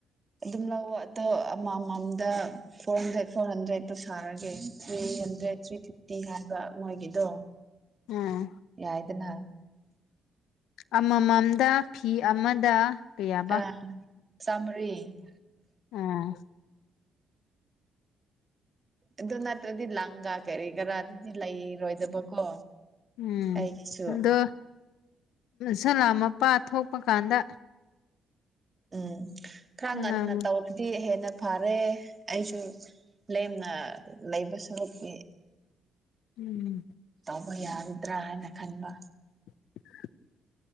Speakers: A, on the right (about 25°); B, on the left (about 85°).
A: ꯑꯗꯨꯝ ꯂ ꯋꯥꯗꯣ ꯑꯃꯃꯝꯗ ꯐꯣꯔ ꯍꯟꯗ꯭ꯔꯦꯠ ꯐꯣꯔ ꯍꯟꯗ꯭ꯔꯦꯗ ꯊꯥꯔꯒꯦ ꯊ꯭ꯔꯤ ꯍꯟꯗ꯭ꯔꯦꯠ ꯊ꯭ꯔꯤ ꯐꯤꯐꯇꯤ ꯍꯥꯏꯕ ꯃꯣꯏꯒꯤꯗꯣ
B: ꯎꯝ
A: ꯌꯥꯏꯗꯅ
B: ꯑꯃꯃꯝꯗ ꯐꯤ ꯑꯃꯗ ꯀꯌꯥꯕ
A: ꯑ ꯆꯃꯔꯤ
B: ꯎꯝ
A: ꯑꯗꯨ ꯅꯠꯇ꯭ꯔꯗꯤ ꯂꯪꯒꯥ ꯀꯔꯤ ꯀꯔꯥ ꯑꯗꯨꯗꯤ ꯂꯩꯔꯣꯏꯗꯕꯀꯣ
B: ꯎꯝ
A: ꯑꯩꯒꯤꯁꯨ
B: ꯑꯗꯣ ꯁꯂꯥ ꯃꯄꯥ ꯊꯣꯛꯄ ꯀꯥꯟꯗ
A: ꯎꯝ ꯈꯔ
B: ꯎꯝ
A: ꯉꯟꯅ ꯇꯧꯔꯗꯤ ꯍꯦꯟꯅ ꯐꯔꯦ ꯑꯩꯁꯨ ꯂꯦꯝꯅ ꯂꯩꯕꯁꯨꯨꯛꯀꯤ
B: ꯎꯝ
A: ꯇꯧꯕ ꯌꯥꯔꯗ꯭ꯔꯥ ꯍꯥꯏꯅ ꯈꯟꯕ
B: <unintelligible>